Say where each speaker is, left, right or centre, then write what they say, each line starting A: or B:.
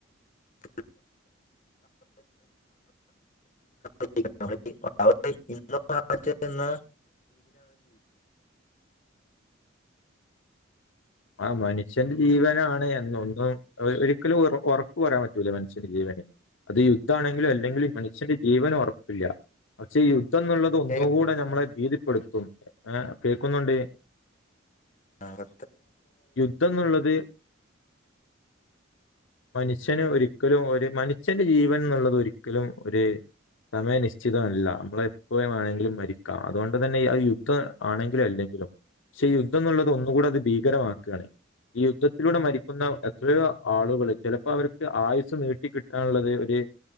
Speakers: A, on the left; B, on the left.
A: <inaudible> <inaudible> രീതിയിലാണ് അവര് ജീവിക്കുന്നത്
B: ആ മനുഷ്യന്റെ ജീവനാണ് എന്നൊന്നും ഒരിക്കലും ഒറപ്പ് പറയാൻ പറ്റൂല മനുഷ്യന്റെ ജീവന് അത് യുദ്ധാണെങ്കിലും അല്ലെങ്കിൽ മനുഷ്യന്റെ ജീവന് ഒറപ്പില്ല പക്ഷേദ്ധം കത്ത എന്നുള്ളത് ഒന്നുകൂടെ
A: കേൾക്കാം
B: നമ്മളെ ഭീതിപ്പെടുത്തും ഏ കേൾക്കുന്നുണ്ടേ
A: ആഹ
B: യുദ്ധന്നുള്ളത് മനുഷ്യന് ഒരിക്കലും ഒരു മനുഷ്യ ജീവൻ എന്നുള്ളത് ഒരിക്കലും ഒരു സമയനിശ്ചിതല്ല നമ്മള എപ്പോയ് വേണെങ്കിലും മരിക്കാം അതുകൊണ്ട് തന്നെ അത് യുദ്ധം ആണെങ്കിലും അല്ലെങ്കിലും പക്ഷേ യുദ്ധംന്നുള്ളത് ഒന്നുകൂടെ അത് ഭീകരമാക്കുകയണേ ഈ യുദ്ധത്തിലൂടെ മരിക്കുന്ന എത്രയോ ആളുകൾ ചെലപ്പോ അവർക്ക് ആയുസ് നീട്ടി കിട്ടാനുള്ളത് ഒരു